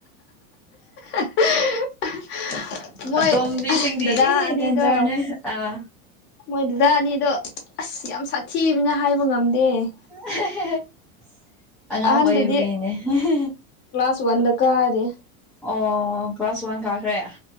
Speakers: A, on the left; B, in the centre.
A: <inaudible> ꯃꯣꯏ
B: ꯑꯇꯣꯝꯕꯤꯁꯤꯡꯗꯤ
A: ꯗꯗꯥ
B: ꯏ
A: ꯑꯅꯤꯗꯣ
B: ꯗꯦꯟꯖꯔꯅꯦ ꯑꯥ
A: ꯃꯣꯏ ꯗꯗꯥ ꯑꯅꯤꯗꯣ ꯑꯁ ꯌꯥꯝ ꯁꯥꯊꯤꯕꯅ ꯍꯥꯏꯕ ꯉꯝꯗꯦ ꯫
B: <unintelligible> ꯑꯉꯥꯡ
A: ꯑꯍꯟꯗꯨꯗꯤ
B: ꯑꯣꯏꯔꯤꯕꯒꯤ ꯅꯤꯅꯦ <unintelligible>
A: ꯀ꯭ꯂꯥꯁ ꯋꯥꯟꯗ ꯀꯥꯔꯤ꯫
B: ꯑꯣ ꯀ꯭ꯂꯥꯁ ꯋꯥꯟ ꯀꯥꯈ꯭ꯔꯦ?